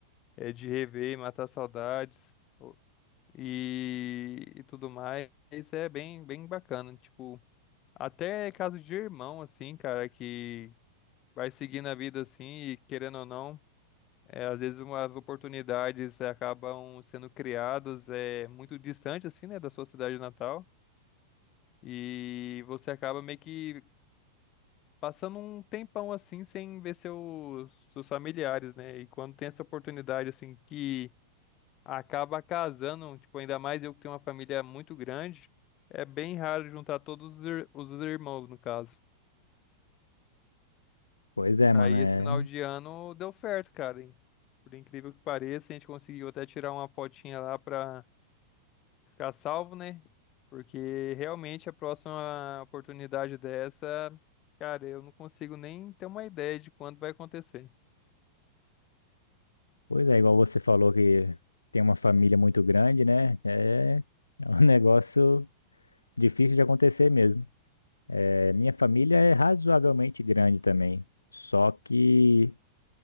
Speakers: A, on the left; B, on the left.
A: é, de rever e matar saudades. e, e tudo mais. Isso é bem, bem bacana. Tipo, até é caso de irmão, assim, cara, que vai seguindo a vida assim e querendo ou não, é, às vezes umas oportunidades acabam sendo criadas é, muito distante, assim, né, da sua cidade natal. E você acaba meio que passando um tempão assim sem ver seus, seus familiares, né? E quando tem essa oportunidade assim que acaba casando, tipo, ainda mais eu que tenho uma família muito grande, é bem raro juntar todos os, ir- os irmãos, no caso.
B: pois é,
A: Aí
B: mano, é
A: esse final de ano deu certo, cara. hein? Por incrível que pareça, a gente conseguiu até tirar uma fotinha lá pra ficar salvo, né? Porque realmente a próxima oportunidade dessa, cara, eu não consigo nem ter uma ideia de quando vai acontecer.
B: Pois é, igual você falou que tem uma família muito grande, né? É, é um <laughs> negócio difícil de acontecer mesmo. É, minha família é razoavelmente grande também, só que